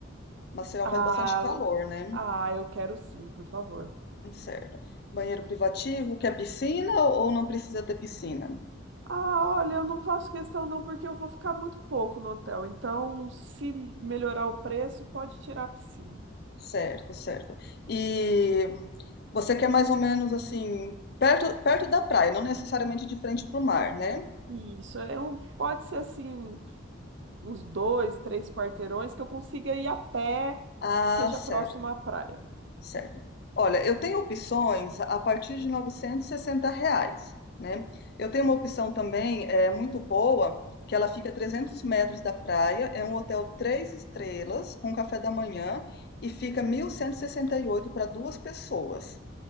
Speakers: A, on the left (about 50°); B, on the right (about 60°).
A: Maceió
B: Ah,
A: faz bastante calor, né?
B: ah, eu quero sim, por favor.
A: Certo. Banheiro privativo, quer piscina ou não precisa ter piscina?
B: Ah, olha, eu não faço questão não, porque eu vou ficar muito pouco no hotel. Então, se melhorar o preço, pode tirar a piscina.
A: Certo, certo. E você quer mais ou menos assim, perto, perto da praia, não necessariamente de frente para o mar, né?
B: Isso, é um, pode ser assim, uns dois, três quarteirões que eu consiga ir a pé,
A: Ah,
B: que seja
A: certo.
B: próximo à praia.
A: Certo. Olha, eu tenho opções a partir de 960 reais, né. Eu tenho uma opção também, é muito boa, que ela fica a 300 metros da praia, é um hotel 3 estrelas, com café da manhã, e fica 1.168 para 2 pessoas,